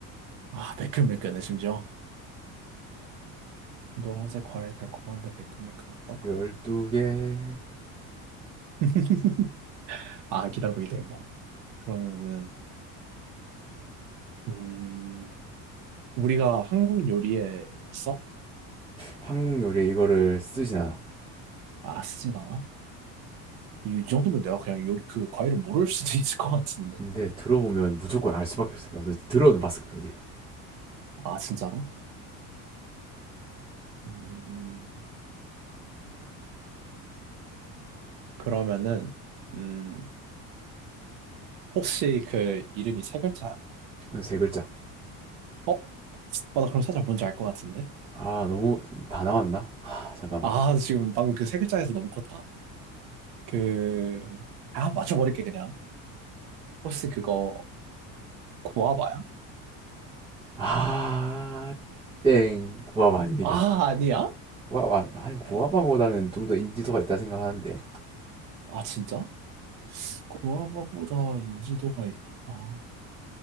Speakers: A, on the right; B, on the right.
A: 아, 매끈매끈해, 심지어. 노란색 과일 달콤한데 매끈매끈하다?
B: 12개
A: <laughs> 아, 기다려봐, 기다려봐. 그러면은, 음, 우리가 한국 요리에 썩
B: 한국 요리에 이거를 쓰진 않아
A: 맛진 않아? 이 정도면 내가 그냥 요리 그 과일을 모를 수도 <laughs> 있을 것 같은데.
B: 근데 들어보면 무조건 알 수밖에 없으니까 어디- 들어는 봤을 거야 어디
A: 아, 진짜로? 음, 그러면은 음, 혹시 그 이름이 세 글자야?
B: 세 글자
A: 어? 어, 나 그럼 살짝 뭔지 알 것 같은데?
B: 아 너무 다 나왔나? 아 잠깐만
A: 아, 지금 방금 그 세 글자에서 너무 컸다. 그, 아, 맞춰버릴게, 그냥. 혹시 그거, 구아바야?
B: 아땡 구아바 아닙니다
A: 아, 아니야?
B: 구아바 아니 구아바보다는
A: 아,
B: 좀 더 인지도가 있다 생각하는데
A: 아, 진짜? 구아바보다 인지도가 있, 아,